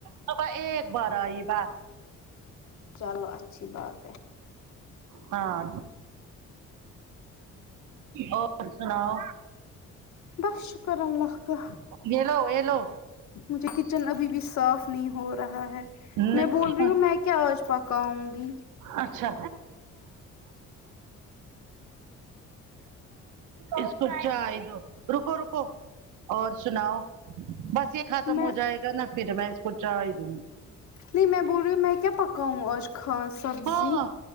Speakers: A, on the right (about 85°); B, on the left (about 65°).
A: صب ایک بار آئی بس
B: چلو اچھی بات ہے
A: ہاں اور سناؤ
B: بس شکر اللہ کا
A: یہ لو یہ لو
B: مجھے کچن ابھی بھی صاف نہیں ہو رہا ہے میں
A: نکشا
B: بول رہی ہوں میں کیا آج پکا آؤں گی
A: اچھا اس کو چائ دو رکو رکو اور سناؤ بس ختم
B: میں
A: ہو جائے گا نا پھر میں اس کو چایی دوں گی
B: نہیں میں بول رہی ہوں میں کیا پکاوں آج خاص سبزی
A: ہاں